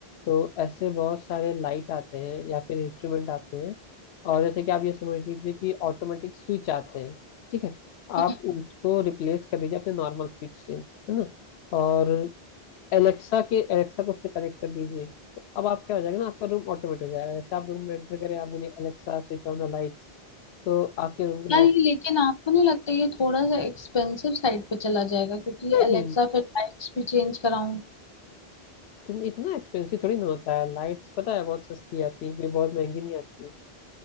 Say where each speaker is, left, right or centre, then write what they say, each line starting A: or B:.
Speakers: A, on the left; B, on the left.
A: तो ऐसे बहुत सारे लाइट आते हैं या फिर इंस्ट्रूमेंट आते हैं और जैसे कि आप ये समझ लीजिए कि ऑटोमेटिक स्विच आते हैं ठीक है आप
B: हम्म।
A: उसको रिप्लेस कर दीजिए अपने नॉर्मल स्विच से है ना और एलेक्सा के एलेक्सा को उससे कनेक्ट कर दीजिए तो अब आप क्या हो जाएगा ना आपका रूम ऑटोमेट हो जाएगा जैसे आप रूम में एंटर करें आप बोलिए Alexa switch on the lights तो आपके रूम की
B: यार
A: लाइट्स
B: ये लेकिन आपको नहीं लगता ये थोड़ा सा एक्सपेंसिव साइड पे चला जाएगा क्योंकि
A: नहीं
B: एलेक्सा फिर लाइट्स भी चेंज कराऊं
A: इतना इतना एक्सपेंसिव थोड़ी ना होता है लाइट्स पता है बहुत सस्ती आती है कोई बहुत महंगी नहीं आती